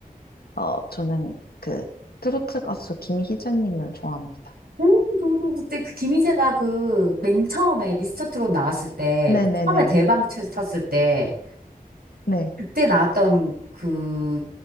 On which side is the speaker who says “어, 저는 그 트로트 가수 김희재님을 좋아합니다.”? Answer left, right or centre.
Left